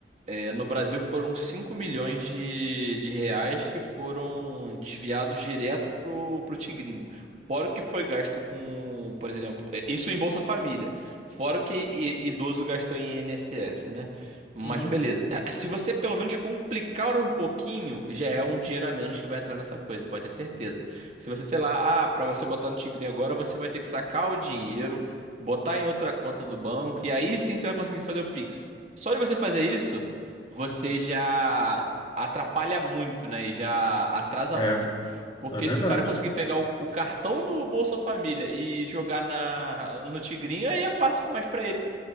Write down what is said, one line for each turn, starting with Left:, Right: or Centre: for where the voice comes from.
Right: É, no Brasil foram 5 milhões de, de reais que foram desviados direto pro, pro Tigrinho. Fora o que foi gasto com, por exemplo, é, isso em Bolsa Família. Fora o que i- idoso gastou em INSS, né? Mas
Left: Uhum.
Right: beleza. <clears throat> Se você pelo menos complicar um pouquinho, já é um dinheiro a menos que vai entrar nessa coisa, pode ter certeza. Se você, sei lá, ah, para você botar no Tigrinho agora, você vai ter que sacar o dinheiro, botar em outra conta do banco, e aí sim você vai conseguir fazer o Pix. Só de você fazer isso você já atrapalha muito, né? E já atrasa
Left: É,
Right: muito. Porque
Left: é verdade.
Right: se o cara conseguir pegar o, o cartão do Bolsa Família e jogar na, no Tigrinho, aí é fácil demais pra ele,